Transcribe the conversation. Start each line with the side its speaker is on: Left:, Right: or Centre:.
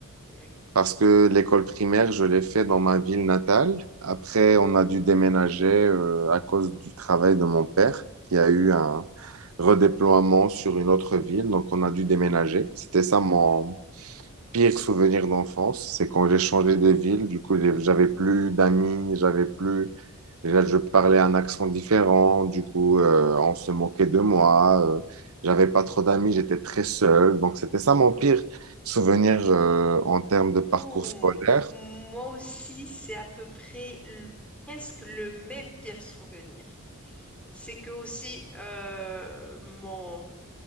Centre: Oui.
Right: Parce que l'école primaire, je l'ai fait dans ma ville natale. Après, on a dû déménager euh, à cause du travail de mon père, qui a eu un redéploiement sur une autre ville. Donc, on a dû déménager. C'était ça mon pire souvenir d'enfance. C'est quand j'ai changé de ville. Du coup, j'ai- j'avais plus d'amis, j'avais plus Déjà, je parlais un accent différent, du coup, euh, on se moquait de moi. euh, j'avais pas trop d'amis, j'étais très seul. Donc, c'était ça mon pire souvenir euh, en termes de
Centre: Ouh,
Right: parcours scolaire.
Centre: moi aussi, c'est à peu près le- presque le même pire souvenir. C'est que aussi, euh, mon,